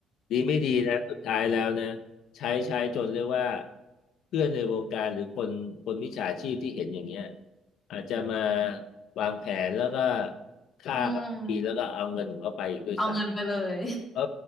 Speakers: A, on the left (about 75°); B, on the left (about 25°).
A: ดีไม่ดีนะสุดท้ายแล้วนะใช้ใช้จนเรียกว่าเพื่อนในวงการหรือคนคนมิจฉาชีพที่เห็นอย่างเงี้ยอาจจะมาวางแผนแล้วก็ฆ่าเขาอีกทีแล้วก็เอาเงินของเขาไปอีกด้วยซ้ำ
B: อืม <laughs> เอาเงินไปเลย
A: เออ